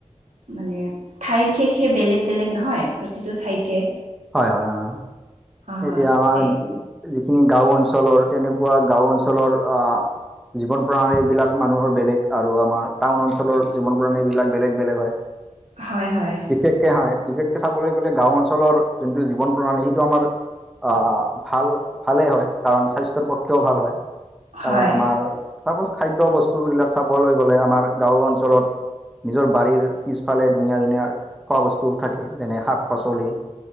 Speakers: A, on the right (about 80°); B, in the centre.
A: মানে ঠাই বিশেষে বেলেগ-বেলেগ নহয় প্ৰতিটো ঠাইতে,
B: হয় হয় অহ,
A: অ
B: এতিয়া আমাৰ,
A: এই
B: যিখিনি গাওঁৰ অঞ্চলৰ, তেনেকুৱা গাওঁ অঞ্চলৰ আঁহ- জীৱন-প্ৰণালী বিলাক মানুহৰ বেলেগ আৰু আমাৰ টাউন অঞ্চলৰ জীৱন-প্ৰণালী বিলাক বেলেগ বেলেগ হয়।
A: হয় হয়।
B: বিশেষকে হয়। বিশেষকে চাবলৈ গ'লে গাঁও অঞ্চলৰ যোনটো জীৱন-প্ৰণালী সেইটো আমাৰ। আহ ভাল ভালেই হয় কাৰণ স্বাস্থ্যৰ পক্ষেও ভাল হয়।
A: হয়
B: কাৰণ আমাৰ চাপজ খাদ্য বস্তু বিলাক চাবলৈ গ'লে আমাৰ গাঁও অঞ্চলত, নিজৰ বাৰীৰ পিছফালে ধুনীয়া ধুনীয়া, খোৱা বস্তু থাকে, যেনে শাক পাচলি